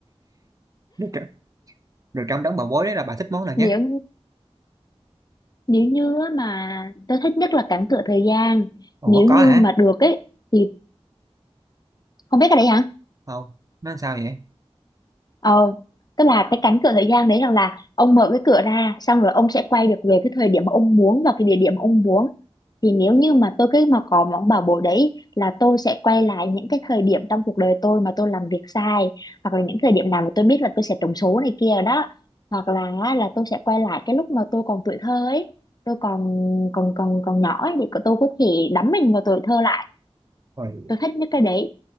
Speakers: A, on the right; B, on the left.
A: được, rồi Rồi trong đống bà bối đấy là bà thích món nào nhất
B: nếu nếu như á mà tôi thích nhất là cản cửa thời gian
A: ủa
B: nếu
A: có
B: như
A: hả
B: mà được ấy thì không biết cái đấy hả
A: không nó làm sao vậy
B: Ờ, tức là cái cánh cửa thời gian đấy rằng là ông mở cái cửa ra xong rồi ông sẽ quay được về cái thời điểm mà ông muốn và cái địa điểm mà ông muốn thì nếu như mà tôi cứ mà có món bảo bối đấy là tôi sẽ quay lại những cái thời điểm trong cuộc đời tôi mà tôi làm việc sai hoặc là những thời điểm nào mà tôi biết là tôi sẽ trúng số này kia đó hoặc là á, là tôi sẽ quay lại cái lúc mà tôi còn tuổi thơ ấy tôi còn còn còn còn nhỏ ấy thì tôi có thể đắm mình vào tuổi thơ lại
A: Rồi.
B: tôi thích nhất cái đấy